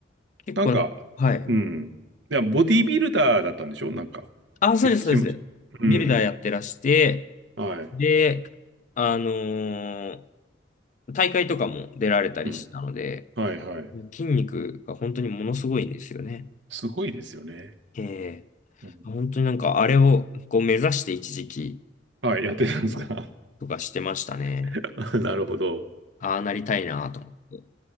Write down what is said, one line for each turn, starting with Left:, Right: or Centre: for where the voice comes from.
Left: 結構なんか、
Right: なんか、
Left: はい。
Right: うん。いや、ボディービルダーだったんでしょなんか。っ
Left: あ、そうです、
Right: て聞きました。
Left: そうです。ビルダーやってらして、
Right: うん。はい。
Left: で、あのー大会とかも出られたりしたので、
Right: うん。はいはい。
Left: 筋肉が本当にものすごいんですよね。
Right: すごいですよね。
Left: ええ
Right: うん
Left: 本当になんかあれをこう目指して一時期、
Right: はい、やってたんですか。
Left: うんとかしてましたね。
Right: <laughs> なるほど。
Left: ああなりたいなと思って。